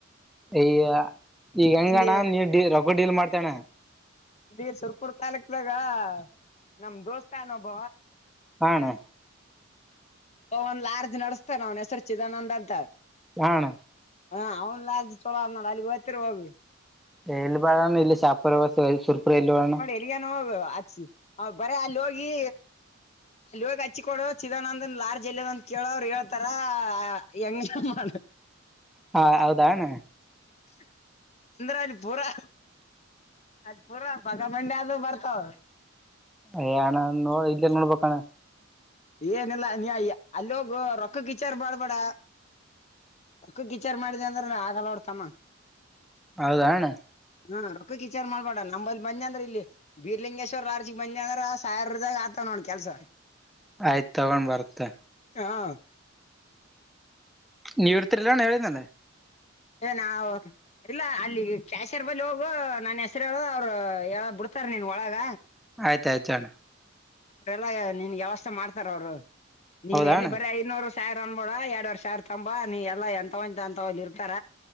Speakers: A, in the centre; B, on the left (about 35°).
A: ಅಯ್ಯ ಈಗ ಹಂಗಣ್ಣ
B: ಇಲ್ಲಿ
A: ನೀ ಡ ರೊಕ್ಕ ಡೀಲ್ ಮಾಡ್ತಾನ್ಣ.
B: ಇಲ್ಲಿ ಸುರ್ಪುರ್ ತಾಲೂಕ್ದಾಗ ನಮ್ ದೋಸ್ತಾನೊಬ್ಬ.
A: ಹ ಅಣ್ಣಾ.
B: ಓ ಒಂದ್ ಲಾರ್ಜ್ ನಡಸ್ತಾನ ಅವ್ನ್ ಹೆಸರು ಚಿದಾನಂದ ಅಂತ.
A: ಹ ಅಣ್ಣಾ.
B: ಹ ಅವ್ನ ಲಾಜ್ ಚಲೋ ಆ ನೋಡ ಅಲ್ಲಿಗ ಓತ್ತಿರ ಹೋಗ.
A: ಏಲ್ಲಿ ಬಾಳೋಣ ಇಲ್ಲ ಶಾಪುರ ಸುರ್ಪುರ ಏಲ್ಲಿ ಬಾಳೋಣ.
B: ಇಗ್ಯಾನೋ ಅಚ್ಚಿ ಬರೆ ಅಲ್ಲ ಹೋಗಿ ಅಲ್ಲ ಹೋಗ ಅಚ್ಚಿಕೊಡು ಚಿದಾನಂದನ ಲಾರ್ಜ್ ಎಲ್ಲದ ಅಂತ ಕೇಳ ಅವ್ರು ಹೇಳ್ತಾರ ಹೆಂಗ ಮಾಡ
A: ಹಾ ಹೌದಾ ಅಣ್ಣ.
B: <inaudible> ಅಂದ್ರ ಅಲ್ಲಿ ಪೂರಾ ಅದ್ ಪೂರಾ ಬಗ ಮಂಡಿ ಅದು ಬರ್ತಾವ.
A: ಅಯಣ ನೋ ಇಲ್ಲ ನೋಡ್ಬಕಣ.
B: ಏನಲ್ಲಾ ನೀ ಅಲ್ಲಿ ಹೋಗ ರೊಕ್ಕ ಕಿಚಾರ ಮಾಡ್ಬೇಡ. ರೊಕ್ಕಕ ಗವಿಚಾರ್ ಮಾಡಿದ ಅಂದ್ರ ಆಗಲ್ಲ ನೋಡ್ತಮ್ಮ.
A: ಹೌದಾಣ್ಣ.
B: ಹ್ಮ ರೊಕ್ಕಕ ವಿಚಾರ್ ಮಾಡ್ಬೇಡ ನಂಬಲ್ಲಿ ಬಂದಿ ಅಂದ್ರ ಇಲ್ಲಿ ಬೀರ್ಲಿಂಗೇಶ್ವರ್ ಆರ್ಜಿ ಬಂದಿ ಅಂದ್ರ ಸಾವಿರದಾಗ ಆತ ನೋಡ್ ಕೆಲ್ಸ.
A: ಆಯ್ತ ತಗೊಂದ ಬರ್ತೆ.
B: ಹಾ
A: ನೀವ್ ಇರ್ತಿರಿಲ್ಲಣ ಹೇಳದನ.
B: ಏ ನಾವ ಇಲ್ಲ ಅಲ್ಲಿ ಕ್ಯಾಶರ್ ಬಳಿ ಹೋಗು ನನ್ ಹೆಸರ್ ಹೇಳು ಅವ್ರು ಹೇಳ ಬಿಡ್ತಾರ ನೀನ್ ಒಳಗ.
A: ಆಯ್ತಾಯ್ತ ಅಲ.
B: ರೆಲ್ಲ ನಿನ್ಗ ವ್ಯವಸ್ಥ ಮಾಡ್ತರ ಅವರು ನೀನ್
A: ಹೌದಾ
B: ಎಲ್ಲಿ
A: ಅಣ್ಣ
B: ಬರೀ ಐನೂರು ಸ್ಯಾರ್ ಅನ್ಬಿಡ ಎರಡ್ ವರ್ಷ ಅರಾ ತಂಬ ನೀ ಎಲ್ಲಾ ಎಂತವಂತ ಅಂತವ ಅಲ್ಲಿ ಇರ್ತಾರ.